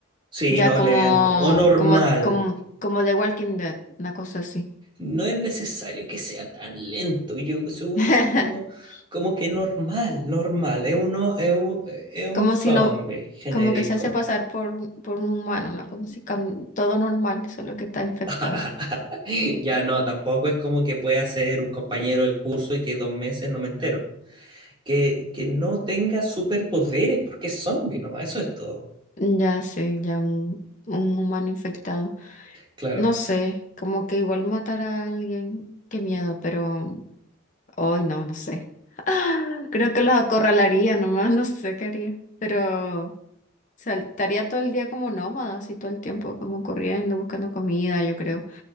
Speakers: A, on the right (about 25°); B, on the left (about 40°).
A: Sí,
B: Ya
A: no
B: como,
A: lento. O normal.
B: como, como, como The Walking Dead, una cosa así.
A: no es necesario que sea tan lento. Yo, según
B: <laughs>
A: yo, como que normal, normal. Es uno, es un, es un
B: Como
A: zombie
B: si no,
A: genérico.
B: como que se hace pasar por, por un humano, una cosa así, cam- todo normal, solo que está infectado.
A: <laughs> Ya no, tampoco es como que pueda ser un compañero del curso y que dos meses no me entero. Que, que no tenga superpoderes porque es zombie nomás, eso es todo.
B: Ya sí, ya un, un humano infectado.
A: Claro.
B: No sé, como que igual matar a alguien, qué miedo, pero hoy no, no sé. <laughs> Creo que los acorralaría nomás, <laughs> no sé qué haría, pero saltaría todo el día como nómada, así todo el tiempo, como corriendo, buscando comida, yo creo.